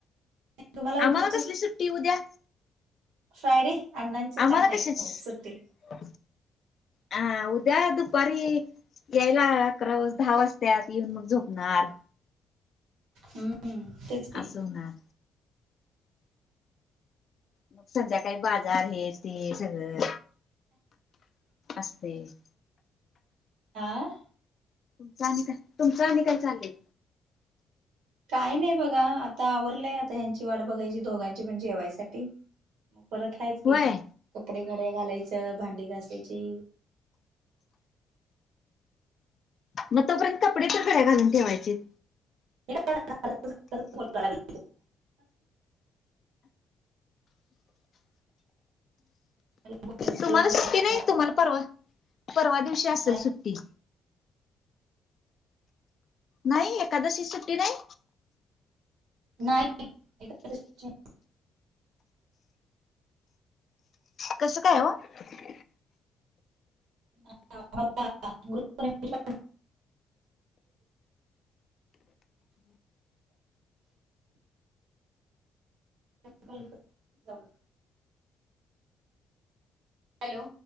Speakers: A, on the right (about 80°); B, on the left (about 50°).
A: तुम्हाला उद्या
B: आम्हाला कसली सुट्टी उद्या
A: फ्रायडे अण्णांचं
B: आम्हाला
A: काम नाही
B: कशाची
A: ना मग सुट्टी
B: हा उद्या दुपारी यायला अकरा वाज दहा वाजत्यात येऊन मग झोपणार.
A: हम्म तेच की
B: असं होणार मग संध्याकाळी बाजार हे ते सगळं आसतयच.
A: आं
B: झाली का? तुमचं आणि काय चाललय.
A: काय नाही बघा आता आवरलंय आता ह्यांची वाट बघायची दोघांची पण जेवायसाठी म परत हायच की
B: होय
A: कपडे घड्या घालायचं, भांडी घासायची.
B: मग तोपर्यंत कपडे तर घड्या घालून ठेवायचीत.
A: <inaudible> बोलत
B: तुम्हाला
A: बोलत बोलत
B: सुट्टी नाही
A: करावं
B: तुम्हाला परवा परवा दिवशी असलं
A: नाही
B: सुट्टी नाही एकादशी ची सुट्टी नाही.
A: नाही एकादशीची
B: कसं काय ओ?
A: <inaudible> <unintelligible> जाऊ हॅलो.